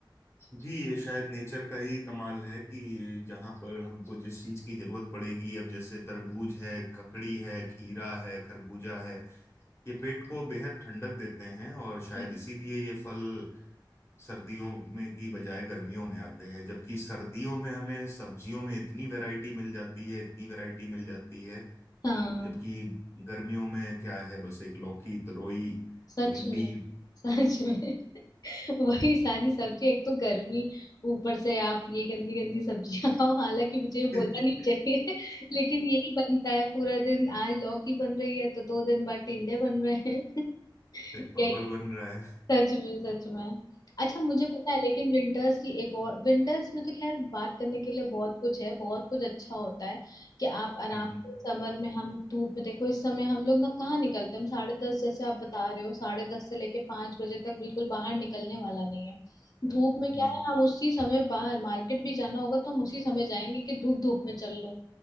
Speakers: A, on the left; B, on the left.
A: जी ये शायद नेचर का ही कमाल है कि जहाँ पर हमको जिस चीज की जरूरत पड़ेगी अब जैसे तरबूज है ककड़ी है खीरा है खरबूजा है ये पेट को बेहद ठंडक देते हैं और शायद
B: जी।
A: इसीलिए ये फल सर्दियों में की बजाय गर्मियों में आते हैं जबकि सर्दियों में हमें सब्जियों में इतनी वैरायटी मिल जाती है इतनी वैरायटी मिल जाती है
B: हाँ
A: जबकि गर्मियों में क्या है बस एक लौकी तरोई
B: सच
A: भिंडी
B: में सच में <laughs> वही सारी सब्जी एक तो गर्मी ऊपर से आप ये गंदी गंदी सब्जियां खाओ हालांकि मुझे ये
A: <laughs>
B: बोलना नहीं चाहिए <laughs> लेकिन यही बनता है पूरा दिन आज लौकी बन रही है तो दो दिन बाद टिंडे बन रहे हैं <laughs>
A: फिर परवल
B: या
A: बन रहा है
B: सच में सच में अच्छा मुझे पता है लेकिन विंटर्स की एक और विंटर्स में तो खैर बात करने के लिए बहुत कुछ है बहुत कुछ अच्छा होता है कि आप आराम
A: हम्म,
B: से समर में हम धूप में देखो इस समय हम लोग ना कहाँ निकलते हैं हम साढ़े दस जैसे आप बता रहे हो साढ़े दस से लेके पांच बजे तक बिल्कुल बाहर निकलने वाला नहीं है धूप में क्या
A: जी
B: है हम उसी समय बाहर मार्केट भी जाना होगा तो हम उसी समय जाएंगे कि धूप धूप में चल लो